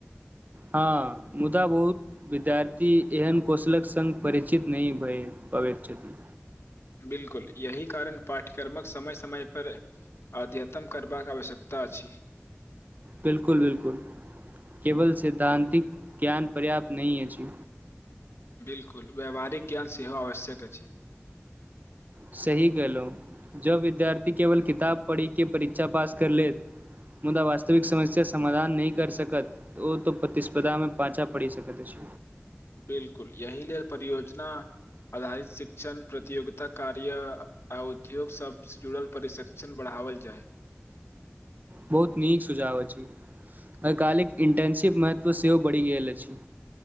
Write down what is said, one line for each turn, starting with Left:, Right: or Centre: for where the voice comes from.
Right: हँ मुदा बहुत विद्यार्थी एहन कौशलक संग परिचित नही भय पाबैत छथि
Left: बिलकुल यही कारण पाठ्यक्रमक समय समय पर अद्ययतन करबाक आवश्यकता अछि
Right: बिलकुल बिलकुल केवल सिद्धांतिक ज्ञान पर्याप्त नहि अछि
Left: बिल्कुल व्यावहारिक ज्ञान सेहो आवश्यक अछि
Right: सही कहलो जब विद्यार्थी केवल किताब पढ़ि के परीक्षा पास कर ले मुदा वास्तविक समस्या समाधान नहि कर सकत ओ त प्रतिस्पर्धामे पाछा पड़ि सकत अछि
Left: बिल्कुल एहि लेल परियोजना आधारित शिक्षण प्रतियोगित कार्या आ उद्योग सभसँ जुड़ल प्रशिक्षण बढ़ाओल जाए
Right: बहुत नीक सुझाव अछी आइ कालिक इंटर्नशिप महत्व सेहो बढ़ि गेल अछि